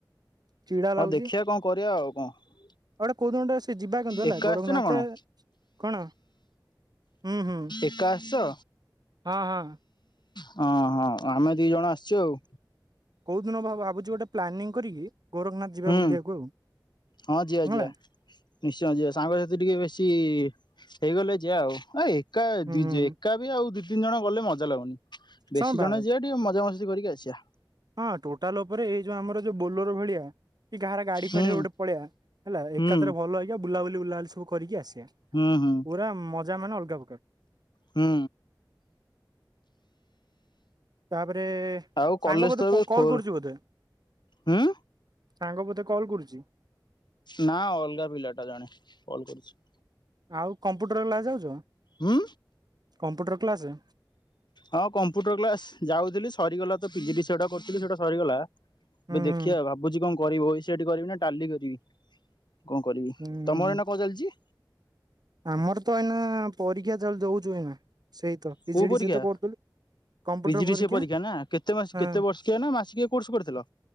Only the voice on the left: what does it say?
ହଁ
ଦେଖିଆ
କଣ କରିଆ ଆଉ କଣ,
ଏକା
ଆସିଛୁ ନା? କଣ,
ଏକା ଆସିଛ?
ହଁ ହଁ ଆମେ ଦି ଜଣ ଆସିଛୁ ଆଉ।
ହୁଁ,
ହଁ ଯିଆ
ଯିଆ ନିଶ୍ଚୟ ଯିିଆ ସାଙ୍ଗସାଥି ଟିକେ ବେଶୀ ହେଇଗଲେ ଯିଆ ଆଉ <unintelligible> ଏକା
ଦିଜେ
ଏକା ବି ଆଉ ଦି ତିନି ଜଣ ଗଲେ ମଜା ଲାଗୁନନି। ବେଶୀ
ଜଣ ଯିିବା ଟିକେ ମଜା ମସ୍ ମସ୍ତି କରିକି ଆସିବା।
ହୁଁ
ହୁଁ
ହୁଁ
ହୁଁ
ହୁଁ
ଆଉ
କଲେଜ
ତ ଏବେ
ଖୋଲ
ହୁଁ
ନା ଅଲଗା ପିଲାଟା ଜଣେ। କଲ୍ କରିଛି।
ହୁଁ
ହଁ କମ୍ପ୍ୟୁଟର କ୍ଲାସ୍ ଯାଉଥିଲି ସରିଗଲା ତ ପିଜିଡିସିଏଟା କରୂଥିଲି ସେଇଟା ସରିଗଲା। <unintelligible>
ଦେଖିବା
ଭାବୁଛୁ କଣ? କରିବ <unintelligible> କରିବି ନା ଟାଲି କରିବି? କଣ କରିବି,
ତମର ଏନା କଣ ଚାଲିଛି?
କୋଉ ପରିକା?
ପିଜିଡିସିଏ
ପରିକା ନା, କେତେ
ବର୍ଷିକିଆ ନା ମାସିକିଆ କୋର୍ସ କରିଥିଲ?